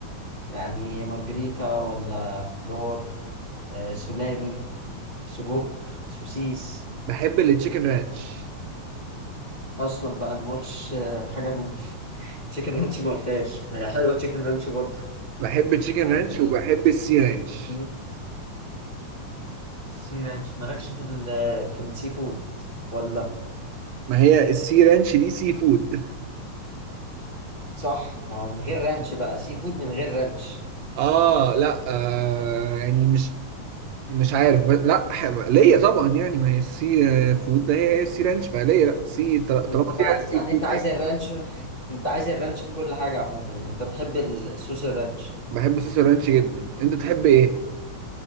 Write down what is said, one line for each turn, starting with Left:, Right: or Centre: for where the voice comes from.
Left: يعني مارجريتا ولا خضار آه سلامي سجق سوسيس
Right: بحب التشيكن رانش
Left: اصلا بقى انا ما قلتش آه، حاجة من <laughs> تشيكن رانش ما قلتهاش هي حلوة تشيكن رانش برضه
Right: بحب التشيكن
Left: يعني
Right: رانش وبحب السي رانش
Left: مم. سي رانش مالكش في ال في السي فود ولا
Right: ما هي السي رانش دي سي فود
Left: صح ما هو من غير رانش بقى سي فود من غير رانش
Right: اه لا آه يعني مش مش عارف بس لا ح- ليا طبعا يعني ما هي السي فود ده هي هي السي رانش فليا لا سي طل-
Left: انت
Right: طالما
Left: بقى
Right: فيها السي
Left: يعني
Right: فود
Left: انت عايز
Right: عادي
Left: الرانش انت عايز الرانش في كل حاجة عموما يعني انت بتحب الصوص الرانش
Right: بحب صوص الرانش جدا انت تحب ايه؟